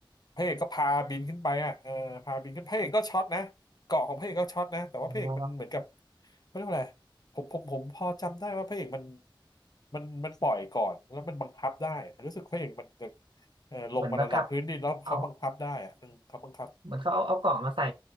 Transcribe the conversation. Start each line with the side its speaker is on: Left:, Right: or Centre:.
Left: พระเอกก็พาบินขึ้นไปอ่ะเออพาบินขึ้นพระเอกก็ช็อตนะเกาะของพระเอกก็ช็อตนะแต่ว่าพระเอกมันเหมือนกับ
Right: อ๋อ
Left: เขาเรียกว่าอะไรผมผมผมพอจำได้ว่าพระเอกมันมันมันปล่อยก่อนแล้วมันบังคับได้รู้สึกพระเอกมันจะเออลงมาระดับพื้นดินแล้วเขาบังคับได้อ่ะเออเขาบังคับ
Right: เหมือนบังคับเอาเหมือนเขาเอาเอาเกาะมาใส่